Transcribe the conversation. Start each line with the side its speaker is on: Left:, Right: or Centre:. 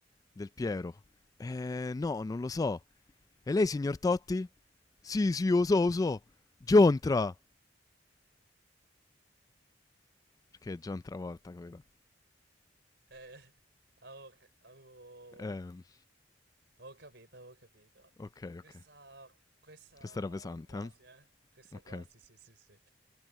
Left: Del Piero. Eh, no, non lo so. E lei, signor Totti? Sì, sì, lo so, lo so. Giontra. Perché è John Travolta quello.
Right: Eh, ah, ok, avevo,
Left: Ehm,
Right: avevo capito, avevo capito.
Left: ok,
Right: Questa,
Left: ok.
Right: questa
Left: Questa era pesante,
Right: quasi,
Left: eh?
Right: eh? Questa
Left: Ok,
Right: quasi, sì, sì, sì.